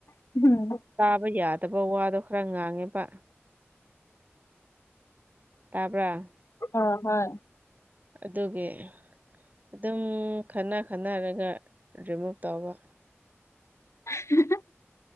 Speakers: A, on the left (about 80°); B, on the right (about 40°).
A: <unintelligible>
B: ꯇꯥꯕ ꯌꯥꯗꯕ ꯋꯥꯗꯣ ꯈꯔ ꯉꯥꯡꯉꯦꯕ ꯇꯥꯕ꯭ꯔꯥ
A: ꯑ ꯍꯣꯏ
B: ꯑꯗꯨꯒꯤ ꯑꯗꯨꯝ ꯈꯟꯅ ꯈꯟꯅꯔꯒ ꯔꯤꯃꯨꯚ ꯇꯧꯕ
A: <unintelligible>